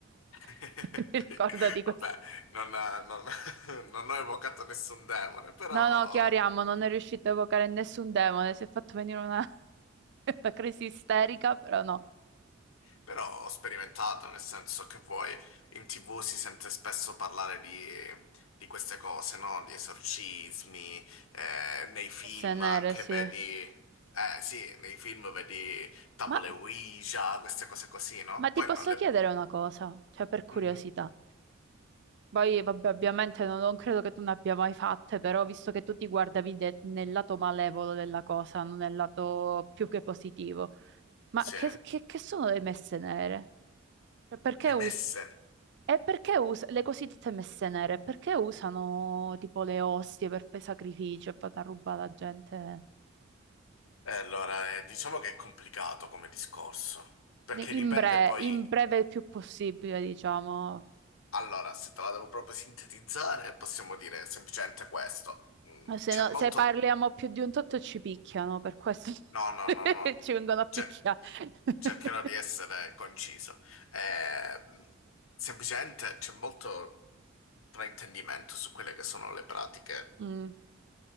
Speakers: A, on the left; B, on the right.
A: <laughs>
B: <laughs> Mi ricordo di questo.
A: Vabbè, non, non- <laughs> non ho evocato nessun demone, però,
B: No, no, chiariamo, non è riuscito a evocare nessun demone, si è fatto venire una, <laughs> una crisi isterica, però no.
A: però ho sperimentato, nel senso che vuoi, in TV si sente spesso parlare di, di queste cose, no? Di esorcismi, eh, nei film
B: Messe nere,
A: anche
B: sì.
A: vedi... Eh sì, nei film vedi tavole
B: Ma,
A: Ouija, queste cose così, no?
B: ma ti
A: Poi
B: posso
A: non le...
B: chiedere una cosa, cioè per curiosità.
A: Mhm,
B: Poi, vabbè, ovviamente non, non credo che tu ne abbia mai fatte, però visto che tu ti guardavi de- nel lato malevolo della cosa, non nel lato più che positivo, ma
A: Sì,
B: che,
A: eh,
B: che- che sono le messe nere? Cioè, Perché
A: le
B: us-
A: messe.
B: e perché us- le cosiddette messe nere? Perché usano tipo le ostie per fare sacrificio e vanno a rubare la gente
A: E allora, eh, diciamo che è complicato come discorso, perché
B: Ne- in
A: dipende
B: bre-
A: poi
B: in breve il più possibile, diciamo.
A: Allora, se te la devo proprio sintetizzare, possiamo dire semplicemente questo. Mm,
B: Se,
A: C'è
B: no-
A: molto...
B: se parliamo più di un tot ci picchiano, per questo
A: No, no,
B: <laughs>
A: no, no.
B: ci vengono a picchiare.
A: Cer-
B: <laughs>
A: cercherò di essere conciso. Ehm, semplicemente c'è molto fraintendimento su quelle che sono le pratiche.
B: Mm,